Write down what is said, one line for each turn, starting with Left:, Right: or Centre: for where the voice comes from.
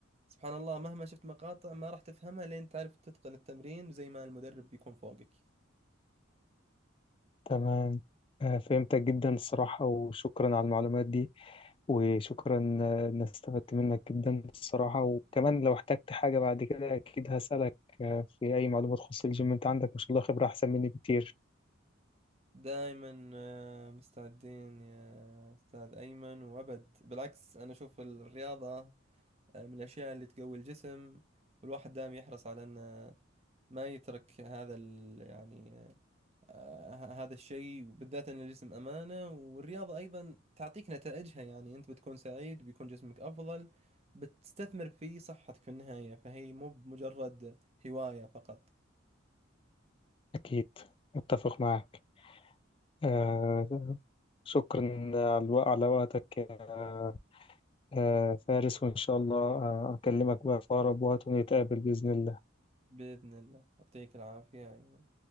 Right: سبحان الله مهما شفت مقاطع ما راح تفهمها لين تعرف تتقن التمرين زي ما المدرب بيكون فوقك
Left: تمام آه، فهمتك جدا الصراحة وشكرا على المعلومات دي وشكرا آه، إن استفدت منك جدا الصراحة وكمان لو احتجت حاجة بعد كده أكيد هسألك آه، في أي معلومة تخص الجيم أنت عندك ما شاء الله خبرة أحسن مني بكتير
Right: دائما آه، مستعدين يا أستاذ أيمن وأبد بالعكس أنا أشوف الرياضة آه، من الأشياء اللي تقوي الجسم والواحد دائما يحرص على أنه ما يترك هذا ال يعني آه، آه، هذا الشيء وبالذات ان الجسم امانه والرياضه ايضا تعطيك نتائجها يعني انت بتكون سعيد بيكون جسمك افضل بتستثمر في صحتك في النهايه فهي مو بمجرد هوايه فقط
Left: أكيد أتفق معك آه، شكرا على الوقت على وقتك يا آه، فارس وإن شاء الله آه، أكلمك بقى في أقرب وقت ونتقابل بإذن الله
Right: باذن الله يعطيك العافيه أيمن